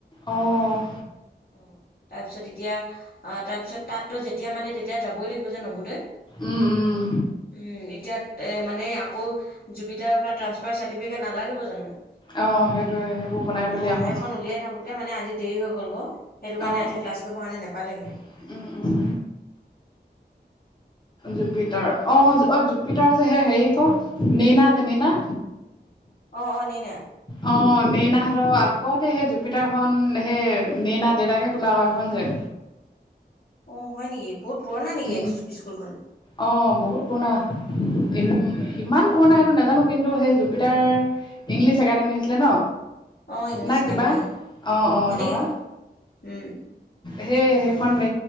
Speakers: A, on the left (about 25°); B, on the left (about 55°).
A: অ',
B: অ, ' তাৰপিছত এতিয়া তাৰপিছত তাততো যেতিয়া মাতে তেতিয়া যাবই লাগিব যে নবোদয়
A: উম, উম,
B: উম, এতিয়া এ মানে আকৌ জুবিতৰা বা ট্ৰান্সফাৰ চাৰ্টিফিকেট নালাগিব জানো।
A: অ, 'সেইটোয়ে সেইবোৰ বনাই মেলি
B: অঁ,
A: আকৌ
B: ' সেইখন উলিয়াই থাকোঁতে মানে আজি দেৰি হৈ'ল গ' সেইটো কাৰণে
A: অ',
B: আজি
A: অ',
B: ক্লাছ কৰিবৰ কাৰণে নাপালেগৈ।
A: উম, উম, জুপিটাৰ অ', অ', জুপিটাৰ যে সেই হেৰি ক নেইনা যে নেইনা।
B: অ', নেইনা।
A: অ ', নেইনা হতৰ আগতে সেই জুপিটাৰখনন সেই নেইনা দেউতাকে খোলা কৰ সেইখন যে
B: অ', য় নেকি? বহুত পুৰণা নেকি
A: উম,
B: স্কুলখন?
A: অ', হুত পুৰণা। ইম ইমান পুৰণা সেইটো নাজানো কিন্তু সেই জুপিটাৰ। ইংলিছ একাডেমি হৈছিলে ন?
B: অ ইংলিছ
A: না
B: একাডেমি
A: কিবা
B: হয়
A: অ',
B: সেনেকে
A: এনেকুৱা।
B: উম
A: সেই সেইখন হ